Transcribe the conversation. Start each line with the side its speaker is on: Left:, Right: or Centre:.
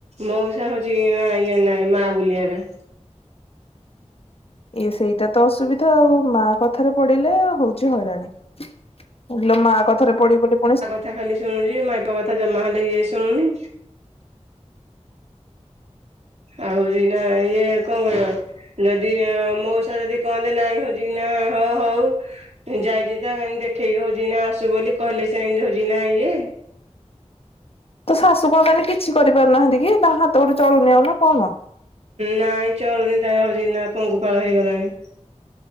Right: ମଉସା ହଉଚି ଇଅ ଇଏ ନାଇଁ ମା ବୁଲିଆଟା।
Left: ଇଏ ସେଇଟା ତ ଅସୁବିଧା ଆଉ ମା କଥାରେ ପଡ଼ିଲେ ହୋଉଚି ହଇରାଣ। ଇଲୋ ମା କଥାରେ ପଡ଼ି ବୋଲି ପୁଣି
Right: ଥା ଖାଲି ଶୁଣୁଚି ମାଇପ କଥା ଜମା ହେଲେ ଇଏ ଶୁଣୁନି। ଆଉ ହୋଉଚି ଏଇନା ଇଏ କଁ କରିଅ? ଯଦି ମଉସା ଯଦି କହନ୍ତେ ନାଇଁ ହଉଚି କି ନାଁ ହଁ ହଉ ଯାଇଚି ତା ଏଁ ଦେଖେଇକି ହୋଉଚି ନା ଆସିବୁ ବୋଲି କହିଲେ ସେ ଏନ୍ତି ହଉଚି ନା ଇଏ।
Left: ତୋ ଶାଶୁ କଁ କାନି କିଛି କରି ପାରୁନାହାନ୍ତି କି ତାଙ୍କ ହାତ ଗୋଡ଼ ଚଳୁନେଇ ଆଉ ନା କଣ?
Right: ନାଇଁ ଚଳୁନି ତା ହଉଚି କି ନା ପଙ୍ଗୁପାଳ ହେଇଗଲାଣି